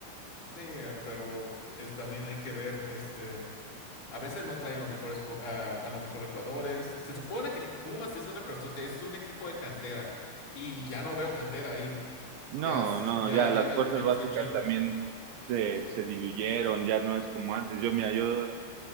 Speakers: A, on the left (about 45°); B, on the right (about 75°).
A: Sí, eh, pero es, también hay que ver, este, a veces no traen los mejores, co- a, a los mejores jugadores. Se supone que Pumas es una persona, es un equipo de cantera y ya no veo cantera ahí.
B: No,
A: Ya es-
B: no,
A: ya,
B: ya
A: ya
B: las
A: ves
B: fuerzas
A: menos
B: básicas
A: que Chivas.
B: también se, se diluyeron, ya no es como antes. Yo, mira, yo